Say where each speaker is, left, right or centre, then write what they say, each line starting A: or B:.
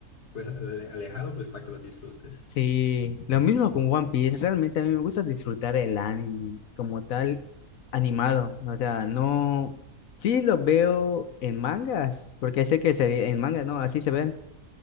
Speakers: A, on the left; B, on the left.
A: pues, ale- alejado, pues, para que lo disfrutes.
B: Sí, lo mismo con One Piece. Realmente a mí me gusta disfrutar el anime como tal animado. O sea, no. Sí, lo veo en mangas, porque sé que se- en manga, ¿no? Así se ven.